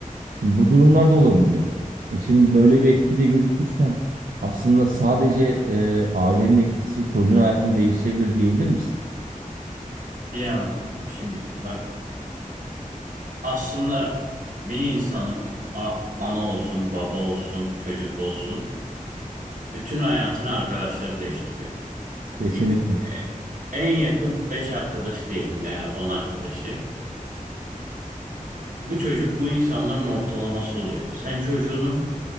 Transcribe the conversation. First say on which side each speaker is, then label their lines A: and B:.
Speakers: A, on the right (about 85°); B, on the right (about 65°).
A: Şimdi bu durumlar da olabiliyor. E şimdi böyle bir etki de gözükmüşken aslında sadece e, ailenin etkisi çocuğun hayatını değiştirebilir diyebilir misin?
B: Diyemem. Şimdi bak aslında bir insanın a- ana olsun, baba olsun, çocuk olsun bütün hayatını arkadaşları değiştiriyor.
A: Kesinlikle.
B: Git e, en yakın 5 arkadaşı diyelim veya 10 arkadaşı. Bu çocuk bu insanların ortalaması oluyor. Sen çocuğunu